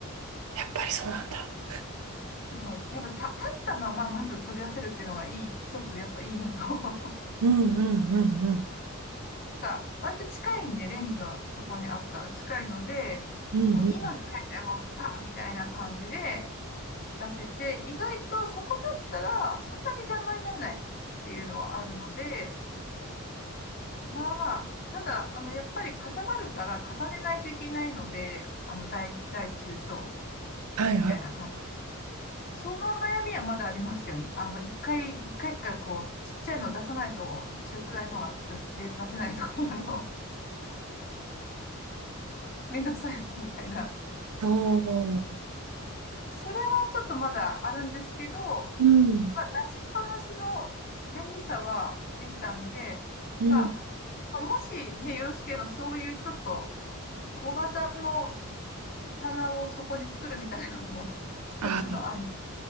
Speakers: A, on the right; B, on the left.
A: やっぱりそうなんだ。
B: はい、やっぱた立ったまままず取り出せるっていうのがいい、一つやっぱいいのと、<laughs>
A: うんうんうんうん。
B: なんか割と近いんで、レンジのとこにあったら近いので、
A: うんうん。
B: もう今使いたい、もうパーみたいな感じで出せて、意外とそこだったらそんなに邪魔にならないっていうのはあるので、まあまあ、ただ、あの、やっぱりかさばるから重ねないといけないので、あの、大、大中小
A: はいはい。
B: みたいな感じ。その悩みはまだありますけどね。あの、一回、一回一回こう、ちっちゃいの出さないと、中くらいのが出せ、で出せないとか、<laughs> あの、<laughs> めんどくさいみたいな。
A: そう。
B: それはちょっとまだあるんですけど、
A: うん
B: まあ、出しっぱなしの便利さはできたんで、
A: うん。
B: まあ、まあ、もしね、よろしければそういうちょっと小型の棚をそこに作るみたいのも <laughs> 一つの案。
A: あー、